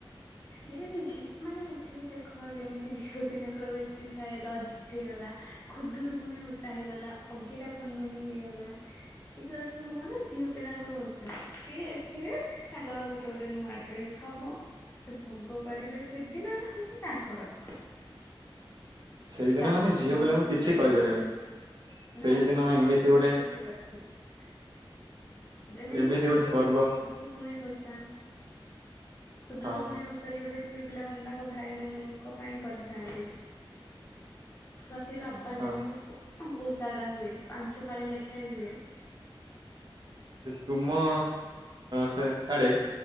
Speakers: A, on the left; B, on the right.
A: ଯେମିତିକି ମାନେ ଏଥିରେ ଦେଖ ଯେମିତି ଝିଅ ପିଲାଙ୍କର ବେଶୀ ଥାଏ ରଜ ହେଇଗଲା ଖୁଦୁରୁକୁଣୀ ଓଷା ହେଇଗଲା ଅଗିରା ପୂର୍ଣ୍ଣମୀ ହେଇଗଲା ଏଗୁଡ଼ା ସବୁ କଣ ନା ଝିଅ ପିଲାଙ୍କର ଓଷା ସିଏ ଏଥିରେ ତାଙ୍କର ଗୋଟେ ଗୋଟେ ନୂଆ ଡ୍ରେସ୍ ହବ ସେ ଭୋଗ କରିବେ ସେଦିନଟା ହଉଛି ତାଙ୍କର
B: ସେଇଦିନ
A: ରାକ୍ଷୀ
B: ମାନେ ଝିଅ
A: ପୂର୍ଣ୍ଣମୀ
B: ପିଲାଙ୍କୁ କିଛି
A: ହେଇଗଲା
B: କହିପାରିବନି। ସେଇଦିନ
A: ନା ସେଦିନ
B: ଏମିତି
A: ଝିଅ ପିଲା
B: ଗୋଟେ
A: କିଛି କହିପାରିବେନି ଯେମିତି
B: ଏମିତି
A: ଖୁଦୁରୁକୁଣୀ
B: ଗୋଟେ ପର୍ବ
A: ଓଷା ଖୁଦୁରୁକୁଣୀ
B: ହଁ
A: ଓଷା ଯୋଉଟା ଝିଅ ପିଲାମାନେ ତାଙ୍କ ଭାଇ ମାନଙ୍କ ପାଇଁ କରିଥାନ୍ତି। ସେ ରବିବାର
B: ହଁ।
A: ଦିନ ସେ ଓଷା ଟା ହୁଏ ପାଞ୍ଚ ପାଳି ଲେଖାଏ ହୁଏ।
B: ତୁମ ସେ ଆଡେ